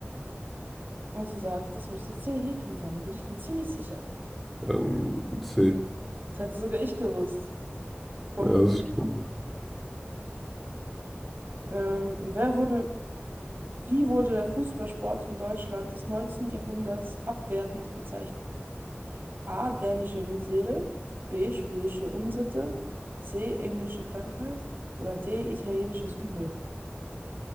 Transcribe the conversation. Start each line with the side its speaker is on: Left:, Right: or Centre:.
Right: Und sie sagt, das müsste C. Häkeln sein. Da bin ich mir ziemlich sicher.
Centre: Dann C.
Right: Das hätte sogar ich gewusst. Vom
Centre: Ja,
Right: Häkeln.
Centre: das ist schon.
Right: Ähm, wer wurde Wie wurde der Fußballsport in Deutschland des 19. Jahrhunderts abwertend bezeichnet? A. Dänische Misere, B. Schwedische Unsitte, C. Englische Krankheit oder D. Italienisches Übel.